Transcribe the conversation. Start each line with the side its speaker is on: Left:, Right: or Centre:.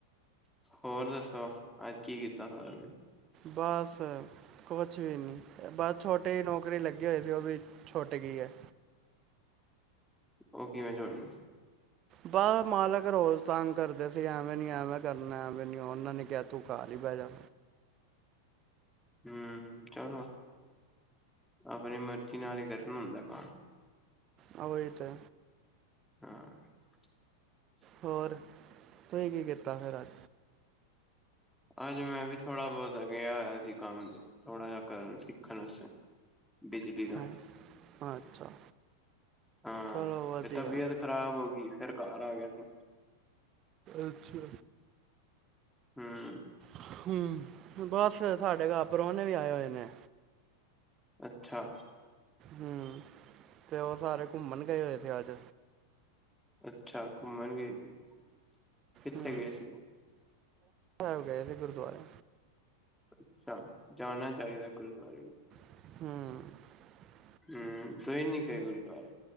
Centre: ਹੋਰ ਦੱਸੋ ਅੱਜ ਕੀ ਕੀਤਾ ਸਾਰਾ ਦਿਨ
Right: ਬਸ ਕੁਛ ਵੀ ਨੀ ਬਸ ਛੋਟੇ ਨੌਕਰੀ ਲੱਗੇ ਕੀ ਹੋਏ ਸੀ ਉਹ ਵੀ ਛੋਟੇ ਗਈ ਹੈ
Centre: ਉਹ ਕਿਵੇਂ ਛੋਟੀ
Right: ਬਸ ਮਾਲਕ ਰੋਜ਼ ਤੰਗ ਕਰਦੇ ਸੀ ਐਵੇਂ ਨੀ ਐਵੇਂ ਕਰਨਾ ਐਵੇਂ ਨੀ ਉਹਨਾਂ ਨੇ ਕਿਹਾ ਤੂੰ ਖ ਹੀ ਬਹਿ ਜਾ
Centre: ਹਮ ਚਲੋ ਆਪਣੀ ਮਰਜ਼ੀ ਨਾਲ ਹੀ ਕਰਨ ਹੁੰਦਾ ਕੰਮ
Right: ਹੋਈ ਤੇ
Centre: <inaudible>
Right: ਹੋਰ ਤੁਹੀ ਕੀ ਕੀਤਾ ਫਿਰ ਅੱਜ
Centre: ਅੱਜ ਮੈਂ ਵੀ ਥੋੜਾ ਬੋਹਤ ਅੱਗੇ ਹੋਇਆ ਸੀ ਕੰਮ ਥੋੜਾ ਜਿਹਾ ਕਰਨ ਸਿੱਖਣ ਵਾਸਤੇ ਬਿਜਲੀ ਦਾ
Right: ਹੈਂ ਅੱਛਾ
Centre: ਹਾਂ
Right: ਚਲੋ ਵਧੀਆ
Centre: ਤੇ ਤਬੀਅਤ ਖ਼ਰਾਬ ਹੋ ਗਈ ਫਿਰ ਘਰ ਆ ਗਿਆ ਸੀ
Right: ਅੱਛਾ
Centre: ਹਮ
Right: ਹਮ ਬਸ ਸਾਡੇ ਘਰ ਪਰੋਣੇ ਵੀ ਆਏ ਹੋਏ ਨੇ
Centre: ਅੱਛਾ
Right: ਹਮ ਤੇ ਉਹ ਸਾਰੇ ਘੁੰਮਣ ਗਏ ਹੋਏ ਸੀ ਅੱਜ
Centre: ਅੱਛਾ ਘੁੰਮਣ ਗਏ ਸੀ ਕਿੱਥੇ
Right: ਹੂੰ
Centre: ਗਏ ਸੀਗੇ
Right: ਸਾਹਿਬ ਗਏ ਸੀੇ ਗੁਰੂਦੁਆਰੇ-
Centre: ਅੱਛਾ ਜਾਣਾ ਚਾਹੀਦਾ ਗੁਰੂਦੁਆਰੇ
Right: <inaudible>
Centre: ਹਮ ਤੁ ਇਹ ਨੀ ਕ ਗੁਰੂਦੁਵਰੇ